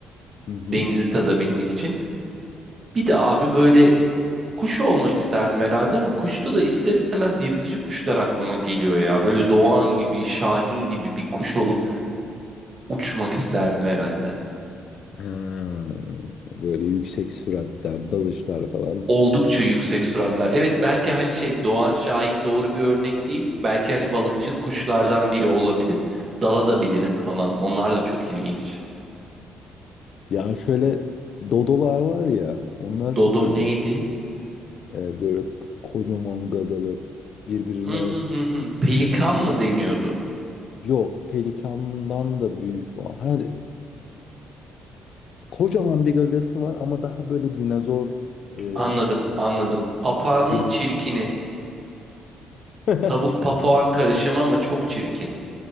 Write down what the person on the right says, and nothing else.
Denizi tadabilmek için. Bir de abi böyle kuş olmak isterdim herhalde ama kuşta da ister istemez yırtıcı kuşlar aklıma geliyor ya. Böyle doğan gibi, şahin gibi bir kuş olup uçmak isterdim herhalde.
Oldukça yüksek suratlar. Evet belki hani şey Doğan Şahin doğru bir örnek değil. Belki hani balıkçıl kuşlardan biri olabilir. Dala da bilirim falan. Onlar da çok ilginç.
Dodo
neydi?
Hı hı hı hı. Pelikan
mı deniyordu?
Anladım, anladım. Papağanın
çirkini.
Tavuk papağan karışımı ama çok çirkin.